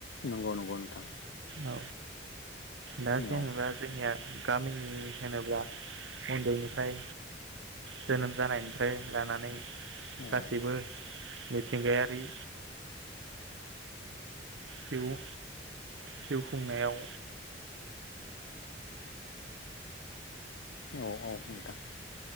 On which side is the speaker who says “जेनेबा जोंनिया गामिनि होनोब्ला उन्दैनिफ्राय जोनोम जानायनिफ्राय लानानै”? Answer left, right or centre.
Right